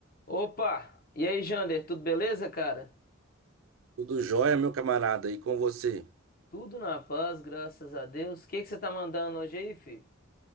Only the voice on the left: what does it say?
Opa! E aí, Jander, tudo beleza, cara?
Tudo na paz, graças a Deus. O que que você tá mandando hoje aí, filho?